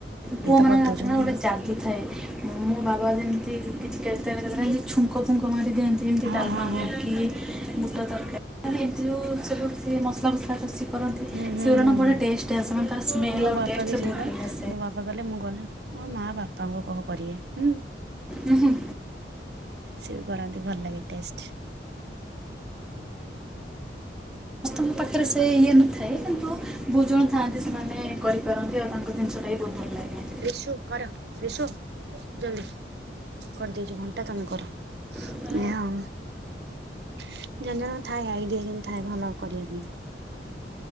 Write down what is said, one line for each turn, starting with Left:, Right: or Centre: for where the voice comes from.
Centre: ପୁଅ
Right: ଇଏ ତ
Centre: ମାନଙ୍କ
Right: କରିଦଉଛନ୍ତି
Centre: ହାତରେ ନା ଗୋଟେ
Right: ଆଉ।
Centre: ଜାଦୁ ଥାଏ। ମୋ ବାବା ଯେମିତି କି କେତେବେଳେ <unintelligible> ଛୁଙ୍କ ଫୁଙ୍କ ମାରି ଦିଅନ୍ତି। ସେମତି
Right: ହଁ
Centre: ଡାଲମା
Right: ହଁ ହଁ
Centre: ହେଲା କି ବୁଟ ତରକାରୀ ଏମତି ଯୋଉ ସବୁ ସେ ମସଲା ଫସ ସି କରନ୍ତି
Right: ହୁଁ
Centre: ଶେଇଗୁରା
Right: ହୁଁ ହୁଁ
Centre: ନା ବଢିଆ
Right: ହୁଁ
Centre: ଟେଷ୍ଟ ଆସେ ମାନେ ତାର ସ୍ମେଲ୍
Right: ମୋ
Centre: ଆଉ
Right: ବାପା
Centre: ଟେଷ୍ଟ
Right: ବି ସେଇବା
Centre: ବହୁତ <unintelligible>
Right: ମୋ ବାପା କଲେ ମୁଁ ଗଲେ ମୋ ମା ବାପାଙ୍କୁ କହ କରିବେ ହୁଁ।
Centre: ହୁଁ ହୁଁ।
Right: ସିଏ ବି କରନ୍ତି ଭଲ ଲାଗେ ଟେଷ୍ଟ।
Centre: ଆମ ପାଖରେ ସେ ଇଏ ନଥାଏ କିନ୍ତୁ। ବହୁତ ଜଣ ଥାଆନ୍ତି ସେମାନେ କରିପାରନ୍ତି ଆଉ ତାଙ୍କ ଜିନିଷ ଟା ବି ବହୁତ ଭଲ ଲାଗେ
Right: <inaudible> କରି ଦେଇଚି ଘଣ୍ଟା ତମେ କର <unintelligible>
Centre: ମୋର
Right: ଜଣ ଜଣଙ୍କ ଥାଏ ଆଇଡିଆ କେମିତି ଥାଏ ଭଲ କରିବା ପାଇଁ।